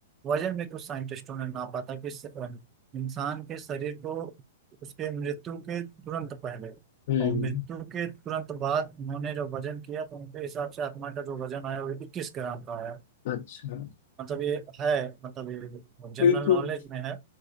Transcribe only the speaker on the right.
वजन भी कुछ साइंटिस्टों ने नापा था कि स- अ, इंसान के शरीर को उसके मृत्यु के तुरंत पहले
और मृत्यु के तुरंत बाद उन्होंने जो वजन किया तो उनके हिसाब से आत्मा का जो वजन आया वो इक्कीस ग्राम का आया
मतलब ये है मतलब ये जनरल
नॉलेज में है